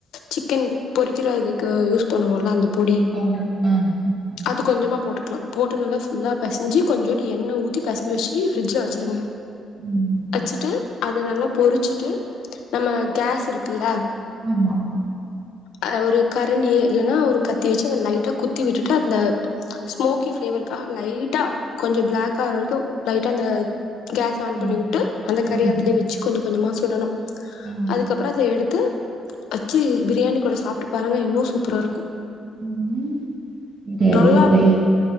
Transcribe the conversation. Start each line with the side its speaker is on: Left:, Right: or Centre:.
Left: சிக்கன் பொறிக்கிற இதுக்கு யூஸ் பண்ணுவோம்ல அந்த பொடி
Right: பவுடர். ஆ. ம்.
Left: அது கொஞ்சமா போட்டுக்கலாம் போட்டு நல்லா ஃபுல்லா பெசஞ்சு கொஞ்சோண்டு எண்ணெய் ஊத்தி பெசஞ்து வச்சு ஃப்ரிட்ஜ்ல வச்சிருங்க
Right: ம்.
Left: வச்சிட்டு அக் அது நல்லா பொறிச்சிட்டு நம்ம கேஸ் இருக்குல
Right: ஆமா மா
Left: அ ஒரு கரண்டிய இல்லன்னா ஒரு கத்தி வச்சு அத லைட்டா குத்தி விட்டுட்டு அந்த ஸ்மோக்கி பிளேவருக்காக லைட்டா கொஞ்சம் பிளாக் ஆற வரைக்கும் லைட்டா அந்த கேஸ் ஆன்
Right: ம்.
Left: பண்ணி வுட்டு அந்த
Right: ம்.
Left: கறி அதலயே வச்சு கொஞ்சம் கொஞ்சமா சுடணும்
Right: ம்.
Left: அதுக்கப்பறம் அத எடுத்து வச்சு பிரியாணி கூட சாப்ட்டு பாருங்க இன்னும் சூப்பரா இருக்கும்
Right: ம் ஐ
Left: நல்லா
Right: வில் ட்ரை
Left: இருக்கு